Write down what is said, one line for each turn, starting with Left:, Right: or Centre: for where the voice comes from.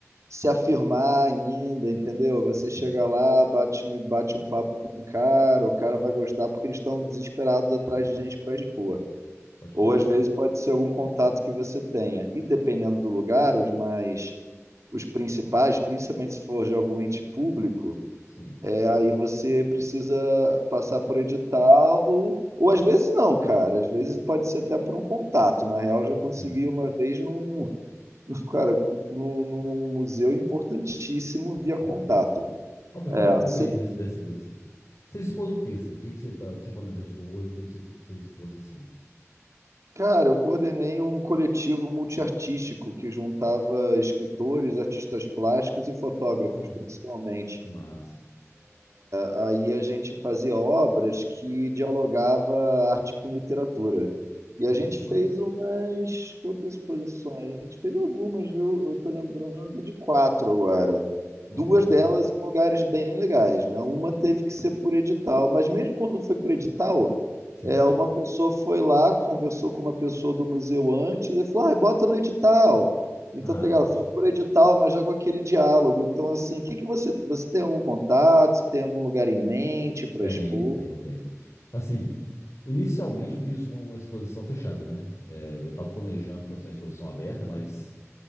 Right: se afirmar ainda, entendeu? Você
Left: Sim,
Right: chega lá, bate, bate um papo com o cara, o cara vai gostar porque eles estão desesperados atrás de gente para expor.
Left: pode
Right: Ou
Left: crer.
Right: às vezes pode ser algum contato que você tenha. E dependendo do lugar, os mais, os principais, principalmente se for de algum ente público.
Left: Sim,
Right: É, aí você precisa passar por edital, ou às vezes não, cara. Às vezes pode ser até por um contato. Na real, eu já consegui
Left: sim.
Right: uma vez num, num- cara, num, num museu importantíssimo via
Left: Sério?
Right: contato.
Left: Ó, me
Right: É,
Left: fala um pouco
Right: cê-
Left: aí desse, desse, desse. Você expôs o quê, assim? O que que você tá, que você planejou expor e o que que você, você expôs assim?
Right: cara, eu coordenei um coletivo multiartístico que juntava escritores, artistas plásticos e fotógrafos,
Left: Ó,
Right: principalmente.
Left: que massa.
Right: Ah, aí a gente fazia obras que dialogava arte com literatura. E
Left: Nossa,
Right: a gente
Left: que massa.
Right: fez umas quantas exposições? A gente fez algumas, viu? Eu tô lembrando de quatro agora. Duas
Left: Nossa, que bacana.
Right: delas em lugares bem legais, né? Uma teve que ser por edital, mas mesmo quando foi por edital,
Left: Sim.
Right: é, uma pessoa foi lá, conversou com uma pessoa do museu antes e falou: ah, bota no edital. Então,
Left: Ah,
Right: tá ligado?
Left: entendi.
Right: Foi por edital, mas já com aquele diálogo. Então, assim, o que que você, você tem algum contato? Você tem algum lugar em mente para
Left: Tenho,
Right: expor?
Left: tem, tem. Assim, inicialmente eu fiz uma, uma exposição fechada, né? É, eu tava planejando fazer uma exposição aberta, mas